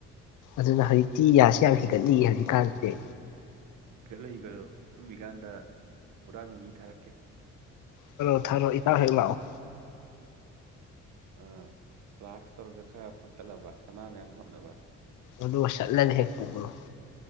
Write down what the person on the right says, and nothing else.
ꯏꯒꯠꯂꯣ ꯏꯒꯠꯂꯣ ꯇꯨꯝꯃꯤꯀꯥꯟꯗ ꯍꯨꯔꯥꯟꯕ ꯃꯤ ꯊꯥꯔꯛꯀꯦ
ꯑꯥ ꯄ꯭ꯂꯥꯛꯁ ꯇꯧꯔꯒ ꯁꯥꯅꯥ ꯈꯔ ꯄꯪꯇꯠꯂꯕ ꯁꯅꯥ ꯃꯌꯥꯝ ꯍꯥꯞꯅꯕ